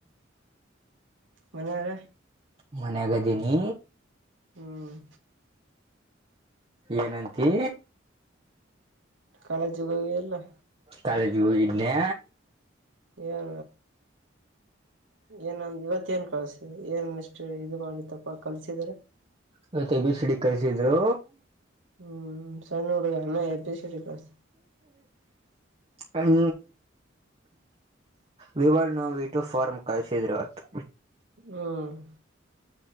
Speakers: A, on the right; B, on the right.
A: ಮನಿಯವ್ರ
B: ಮನ್ಯಾಗದೀನಿ.
A: ಹ್ಮ್.
B: ಏನಂತಿ.
A: ಕಾಲೇಜೋದಾಗ ಇರಲ್ಲ.
B: ಕಾಲೇಜಿಗೆ ಹೋಗಿದ್ನ್ಯ.
A: ಏನ ಏನಂದ್ದ ಇವತ್ ಮತ್ತೇನ್ ಕಳ್ಸಿದ್ರಿ ಏನ್ ಮೇಸ್ಟ್ರು ಇದು ಮಾಡಿ ತಪ್ಪಾ ಕಲ್ಸಿದ್ರ.
B: ಇವತ್ ಏ ಬಿ ಸಿ ಡಿ ಕಲ್ಸಿದ್ರು.
A: ಹ್ಮ್ ಸಣ್ ಹುಡುಗ ಇನ್ನೂ ಏ ಬಿ ಸಿ ಡಿ ಕಲ್ಸಿದ್ರು.
B: ಅಮ್ V one V two form ಕಲಿಸಿದ್ರಿವತ್ತು.
A: ಹ್ಮ್